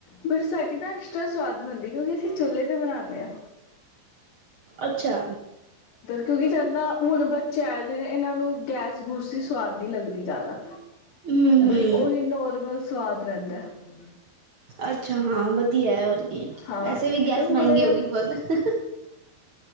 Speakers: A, on the left (about 85°); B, on the right (about 60°).
A: ਬਸ ਸਾਡੀ ਨਾ ਐਕਸਟਰਾ ਸਵਾਦ ਬਣਦੀ ਕਿਉਂਕਿ ਅਸੀਂ ਚੁੱਲੇ ਤੇ ਬਨਾਨੇ ਆ।
B: ਅੱਛਾ
A: ਕਿਉਂਕਿ ਜਦ ਨਾ ਹੁਣ ਬੱਚੇ ਆਏ ਦੇ ਨੇ ਇਹਨਾਂ ਨੂੰ ਗੈਸ ਗੂਸ ਦੀ ਸਵਾਦ ਨਹੀਂ ਲੱਗਦੀ। ਦੀ ਜ਼ਿਆਦਾ
B: ਹਮ ਹਮ
A: ਬਈ ਉਹੀ ਨੋਰਮਲ ਸਵਾਦ <unintelligible>
B: ਅੱਛਾ ਹਾਂ ਵਧੀਆ ਹੈ ਹੋਰ ਕੀ
A: ਹਾਂ
B: ਵੈਸੇ ਵੀ ਗੈਸ
A: ਤੇ ਹੁਣ
B: ਮਹਿੰਗੀ
A: ਇਹਨਾਂ
B: ਹੋ ਗਈ ਬਹੁਤ